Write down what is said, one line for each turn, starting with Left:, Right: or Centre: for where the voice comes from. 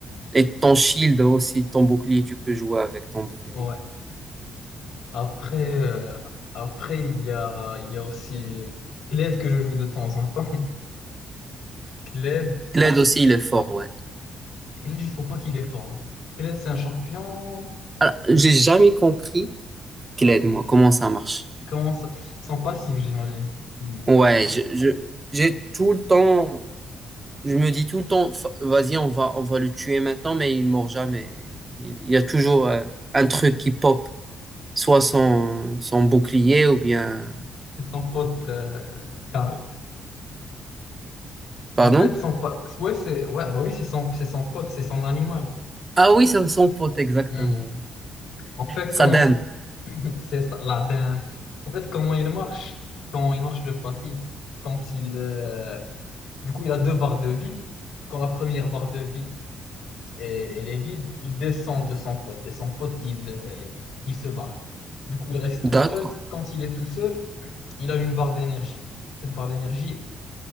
Right: Et ton shield aussi, ton bouclier, tu peux jouer avec ton bouclier.
Left: Ouais. Après, euh, après il y a, il y a aussi Kled que je joue de temps en temps. <laughs> Kled.
Right: Kled aussi, il est fort,
Left: ouais.
Right: ouais.
Left: Kenneth, je trouve pas qu'il est fort. là. Kenneth, c'est un champion.
Right: Alors, j'ai jamais compris Kled, moi, comment ça marche.
Left: Comment ça... Sans passif, j'imagine. qui- Que
Right: Ouais,
Left: t'as pas compris.
Right: je, je- j'ai tout le temps Je me dis tout le temps, Fa- vas-y, on va, on va le tuer maintenant, mais il mord jamais. Il, il y a toujours euh, un truc qui pop, soit son, son bouclier ou bien...
Left: C'est Son pote, euh, Karl.
Right: Pardon?
Left: En fait, son pote. Ouais, c'est. Ouais, bah oui, c'est son... c'est son pote, c'est son animal.
Right: Ah oui, c'est son pote, exactement.
Left: Hmm.
Right: oui.
Left: En fait,
Right: Sa
Left: comment
Right: dinde.
Left: ça. <clears throat> C'est ça, la dinde. En fait, comment il marche? Comment il marche le passif? Quand il. euh, Du coup, il a deux barres de vie. Quand la première barre de vie, et elle est vide, il descend de son pote. Et son pote, il, euh, il se barre. Du coup, il reste
Right: D'accord.
Left: tout seul. Quand il est tout seul, il a une barre d'énergie. Cette barre d'énergie